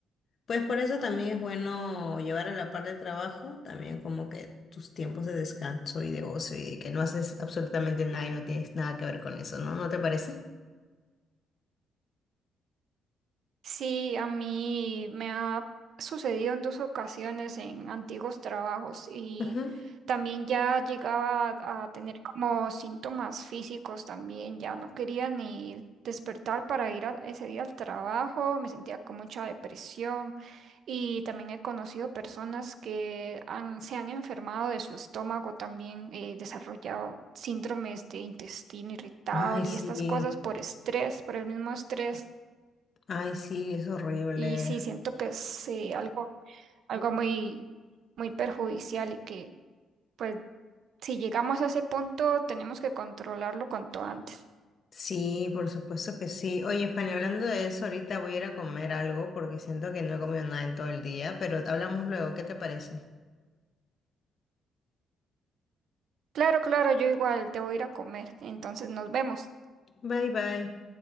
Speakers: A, on the left; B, on the right.
A: pues por eso también es bueno llevar a la par de trabajo, también como que tus tiempos de descanso y de ocio y de que no haces absolutamente nada y no tienes nada que ver con eso, ¿no? ¿No te parece?
B: Sí, a mí me ha sucedido en dos ocasiones en antiguos trabajos y
A: Ujú.
B: también ya llegaba a, a tener como síntomas físicos también, ya no quería ni despertar para ir a- ese día al trabajo, me sentía con mucha depresión y también he conocido personas que han, se han enfermado de su estómago también, eh, desarrollado síndromes de intestino irritable
A: Ay, sí,
B: y estas cosas por estrés, por el mismo estrés.
A: ay, sí, es horrible.
B: Y sí, siento que es eh, algo, algo muy, muy perjudicial y que, pues, si llegamos a ese punto, tenemos que controlarlo cuanto antes.
A: Sí, por supuesto que sí. Oye, Fanny, hablando de eso, ahorita voy a ir a comer algo porque siento que no he comido nada en todo el día, pero hablamos luego, ¿qué te parece?
B: Claro, claro, yo igual debo ir a comer, entonces nos vemos.
A: Bye, bye.